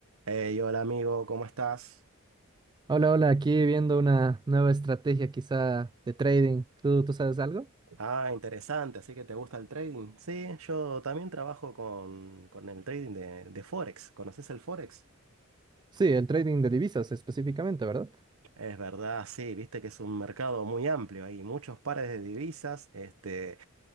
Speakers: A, on the right; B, on the right.
A: Hey, hola amigo, ¿cómo estás?
B: Hola, hola, aquí viendo una nueva estrategia quizá de trading. ¿Tú, tú sabes algo?
A: Ah, interesante, así que te gusta el trading. Sí, yo también trabajo con, con el trading de, de Forex. ¿Conoces el Forex?
B: Sí, el trading de divisas específicamente, ¿verdad?
A: Es verdad, sí, viste que es un mercado muy amplio, hay muchos pares de divisas, este,